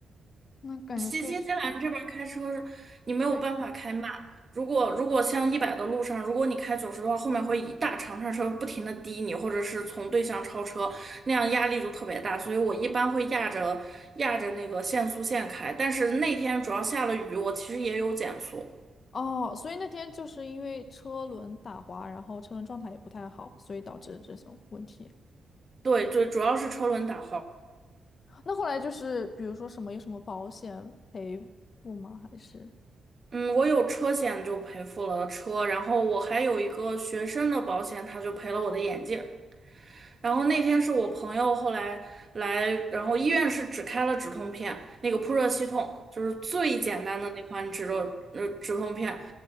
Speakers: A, on the left (about 45°); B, on the right (about 30°).
A: 那感觉确实，
B: 新新西兰这边儿开车是你没有办法开慢。
A: 因为
B: 如果如果像一百的路上，如果你开九十的话，后面会一大长串车不停的滴你，或者是从对向超车，那样压力就特别大。所以我一般会压着压着那个限速线开。但是那天主要下了雨，我其实也有减速。
A: 哦，所以那天就是因为车轮打滑，然后车轮状态也不太好，所以导致这种问题。
B: 对对，主要是车轮打滑。
A: 那后来就是比如说什么有什么保险赔付吗？还是？
B: 嗯，我有车险就赔付了车，然后我还有一个学生的保险，他就赔了我的眼镜。然后那天是我朋友后来来，然后医院是只开了止痛片，那个扑热息痛就是最简单的那款止热呃止痛片，